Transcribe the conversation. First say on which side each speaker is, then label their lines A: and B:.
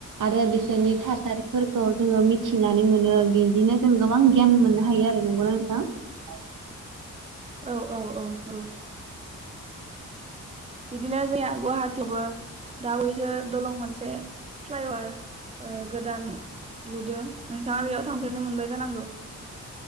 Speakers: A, on the right; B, on the right.
A: आरो बिसोरनि थासारिफोरखौ जोङो मि थिनानै मोनो बिदिनो जों गोबां गियान मोननो हायो आरो नंगौना नोंथां।
B: औ औ औ औ बिदिनो जोंनिया गुवाहाटियावबो दा बावैसो दलं मोनसे फ्लायअभार ओ गोदान लुदों। नोंथाङा बेयाव थांफेरनो मोनबाय? जानांगौ